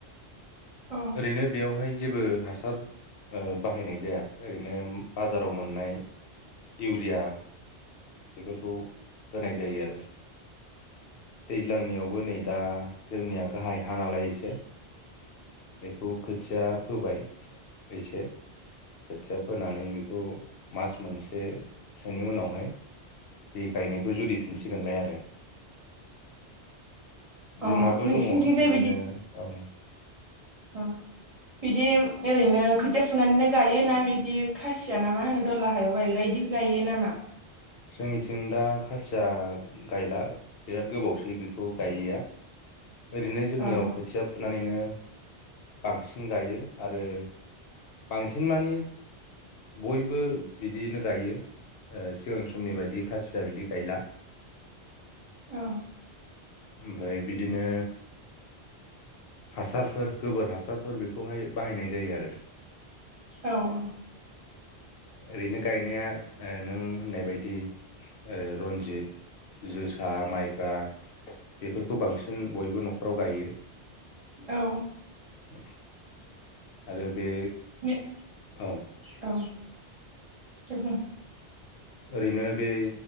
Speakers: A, on the right (about 35°); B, on the left (about 65°).
A: अ
B: ओरैनो बेयावहाय जेबो हासार ओ बाहायनाय जाया ओरैनो बाजाराव मोननाय इउरिया बेफोरखौ होनाय जायो आरो दैज्लांनियावबो नै दा जोंनिया गाहाय हा नालाय एसे बेखौ खोथिया फोबाय एसे खोथिया फोनानै बेखौ मास मोनसेसोनि उनावहाय बे गायनायखौ जुरिफिनसिगोनलाय आरो
A: अ
B: जोंनाबो
A: नोंसिनिथिंजाय
B: दङ बिदिनो औ
A: अ बिदि ओरैनो खोथिया फुनानैनो गायोना बिदि खासिया ना मा होनो दला हायाव गायग्रा बिदिखौ गायो नामा?
B: जोंनिथिं दा खासिया गायला बिराद गोबावसै बेखौ गायैया। ओरैनो जोंनियाव
A: अ
B: खोथिया फुनानैनो बांसिन गायो आरो बांसिन मानि बयबो बिदियैनो गायो ओ सिगां समनि बायदि खासिया बिदि गायला।
A: औ
B: ओमफ्राय बिदिनो हासारफोर गोबोर हासारफोर बेखौहाय बाहायनाय जायो आरो
A: औ-औ
B: ओरैनो गायनाया नों होननाय ओ बायदि रन्जित जोसा माइब्रा बेफोरखौ बांसिन बयबो नखराव गायो।
A: औ
B: <unintelligible> आरो बे
A: ने-
B: औ
A: औ दे बुं
B: ओरैनो बे